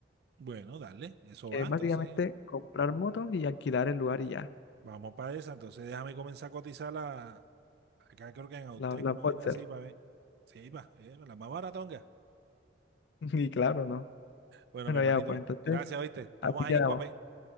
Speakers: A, on the right; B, on the left.
A: Bueno, dale. Eso
B: que
A: va.
B: es
A: Entonces,
B: básicamente comprar motos y alquilar el lugar y ya,
A: vamos para esa. Entonces, déjame comenzar a cotizar la. Acá creo que en Autec,
B: la, la
A: una
B: Boxer.
A: vaina así para ver. Sí, va. eh, la más baratonga.
B: <laughs> Y claro, ¿no?
A: Bueno,
B: Bueno,
A: mi hermanito.
B: ya, pues entonces,
A: Gracias, ¿viste? Estamos
B: así
A: allí,
B: quedamos.
A: cuapé.